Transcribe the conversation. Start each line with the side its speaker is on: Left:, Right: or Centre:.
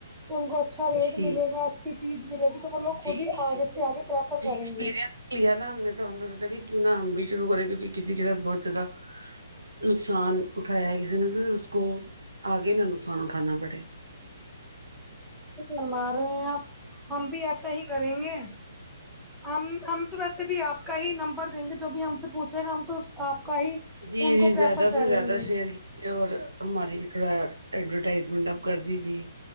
Centre: تو ان کو اچھا ریٹ
Right: ٹھیک
Centre: ملے گا اچھی چیز ملے گی تو وہ لوگ خود
Right: جی
Centre: ہی
Right: جی
Centre: آگے سے آگے پریفر
Right: ایکسپیرئنس
Centre: کریں گے
Right: لیا نا ہم نے تو ہم نے سوچا کہ کیوں نا ہم بھی شروع کریں کیونکہ کسی کے ساتھ بہت زیادہ نقصان اٹھایا ہے کسی نے تو پھر اس کو آگے نہ نقصان اٹھانا پڑے
Centre: ہم آ رہے ہیں آپ ہم بھی ایسا ہی کریں گے ہم ہم تو ویسے بھی آپ کا ہی نمبر دیں گے جو بھی ہم سے پوچھے گا ہم تو آپ کا ہی
Right: جی
Centre: ان کو
Right: جی
Centre: پریفر
Right: زیادہ
Centre: کریں
Right: سے زیادہ
Centre: گے
Right: شیئر کیا اور ہماری تھوڑا ایڈورٹائزمنٹ اب کر دیجیے